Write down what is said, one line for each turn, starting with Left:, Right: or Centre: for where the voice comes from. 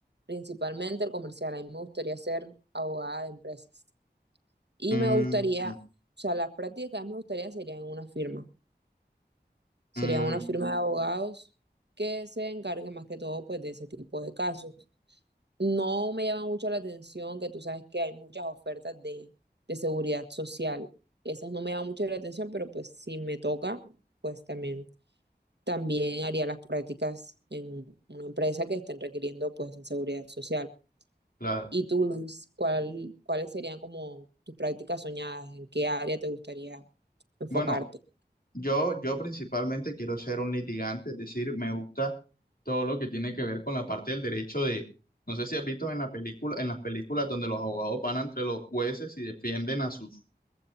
Right: principalmente el comercial. A mí me gustaría ser abogada de empresas. Y
Left: Mm,
Right: me gustaría,
Left: mm,
Right: o sea, las prácticas que más me gustaría serían en una firma. Serían
Left: mm,
Right: una firma de abogados que se encargue más que todo pues de ese tipo de casos. No me llama mucho la atención que tú sabes que hay muchas ofertas de, de seguridad social. Esas no me llaman mucho la atención, pero pues si me toca, pues también También haría las prácticas en una empresa que estén requiriendo pues en seguridad social.
Left: claro.
Right: ¿Y tú, Luz, cuál, cuáles serían como tus prácticas soñadas? ¿En qué área te gustaría enfocarte?
Left: Bueno, yo, yo principalmente quiero ser un litigante, es decir, me gusta todo lo que tiene que ver con la parte del derecho de, no sé si has visto en la película, en las películas donde los abogados van entre los jueces y defienden a sus,